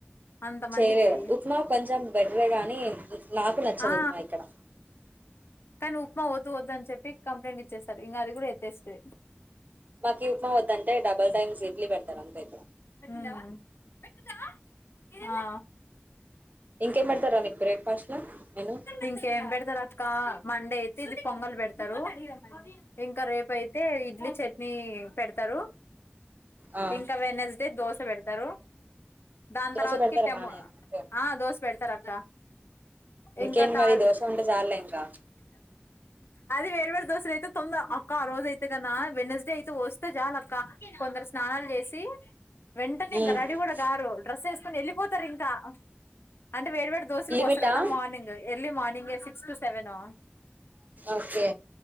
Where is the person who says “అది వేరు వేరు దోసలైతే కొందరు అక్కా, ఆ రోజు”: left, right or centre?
Left